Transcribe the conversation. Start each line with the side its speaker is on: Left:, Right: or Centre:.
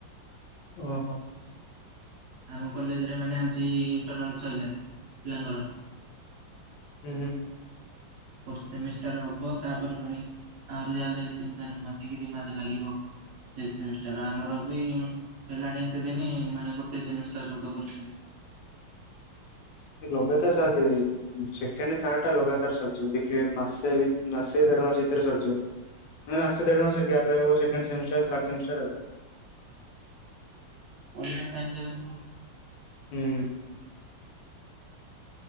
Left: ଓହୋ।
Right: ଆମ କଲେଜରେ ମାନେ ଆଜି ଇଣ୍ଟରନାଲ ସଇଲା ପିଲାଙ୍କର।
Left: ହୁଁ ହୁଁ।
Right: ଫୋର୍ଥ ସେମିଷ୍ଟାର ହବ ତାପରେ ପୁଣି ଆହୁରି ଯାହାଲେ ତିନି ଚାରି ମାସେ କି ଦି ମାସେ ଲାଗିବ। ଏଇ ସେମିଷ୍ଟାର ଆମର ବି ହେଲାଣି ଏତେ ଦିନି ମାନେ ଗୋଟେ ସେମିଷ୍ଟାର ସବୁ ତକ କରିଛନ୍ତି।
Left: କି ଲଗାତାର ତାର ସାଥ୍ ଦେବେ। ସେକେଣ୍ଡ ଥାର୍ଡ ଟା ଲଗାତାର ସରିଯିବ, ଦେଖିବେ ମାସେ ଭି ମାସେ ଦେଢ ମାସ ଭିତରେ ସରିଯିବ। ମାନେ ମାସେ ଦେଢ ମାସେ ଗ୍ୟାପ ରହିବ, ସେକଣ୍ଡ ସେମିଷ୍ଟାର, ଥାଡ୍ ସେମିଷ୍ଟାର ଆଉ।
Right: ପଢିବା ଟାଇମ୍ <unintelligible>
Left: ହୁଁ।